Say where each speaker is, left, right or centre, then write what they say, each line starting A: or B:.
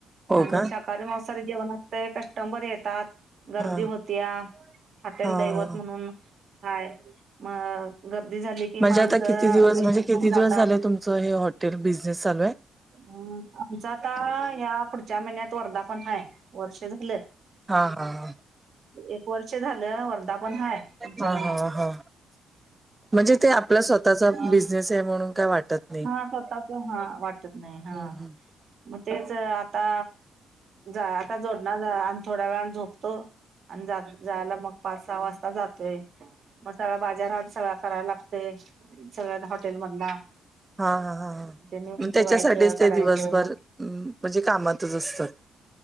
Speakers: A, on the right; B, on the right.
A: हो
B: आणि
A: का
B: शाकाहारी मांसाहारी जेवणा कस्टंबर येतात गर्दी
A: हा
B: होतीया हाॅटेल
A: हा
B: दैवत
A: हा
B: हं काय म गर्दी झाली कि
A: म्हणजे
B: म आमचं
A: आता किती दिवस
B: मिस्टर
A: म्हणजे किती
B: पण जातात
A: दिवस झाले तुमचं हे हॉटेल बिझनेस चालू आहे?
B: हम् आमचा आता या पुढच्या महिन्यात वर्धापन हाय वर्ष झालं.
A: हा हा हा
B: एक वर्ष झालं वर्धापन हाय पुढच्या
A: हा
B: महिन्यात
A: हा हा हा म्हणजे ते आपला स्वतःचा
B: ह
A: बिझनेस आहे म्हणून काय वाटत नाही.
B: हा स्वतःच हा वाट नाही हा
A: हम्म हम्म.
B: मग तेच आता जा आता जोडणार आणि थोड्या वेळानं झोपतो. आणि जायला मग पाच सहा वाजता जातय मग सगळ बाजार हट सगळ कराला लागतय सगळ्याच हॉटेल मधला
A: हा हा ह
B: ते नेऊन
A: मग
B: ठेवायचं
A: त्याच्यासाठीच ते
B: करायचं
A: दिवसभर म्हणजे कामातच असतात